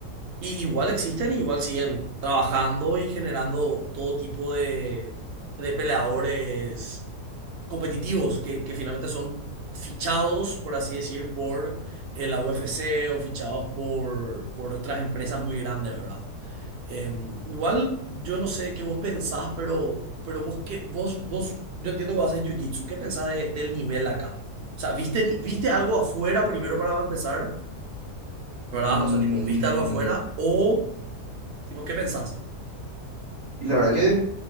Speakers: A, on the right (about 75°); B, on the right (about 55°).
A: y igual existen y igual siguen trabajando y generando todo tipo de, de peleadores competitivos que, que finalmente son fichados, por así decir, por eh, la UFC o fichados por, por otras empresas muy grandes, ¿verdad? Em, igual, yo no sé qué vos pensás, pero, pero vos, que vos, vos, yo entiendo que vos haces jiu-jitsu. ¿Qué pensás de- del nivel acá? O sea, ¿viste, ni- viste algo afuera primero para empezar? ¿Verdad?
B: Mm,
A: O sea, tipo, ¿viste algo afuera? O, tipo, ¿qué pensás?
B: y la verdad que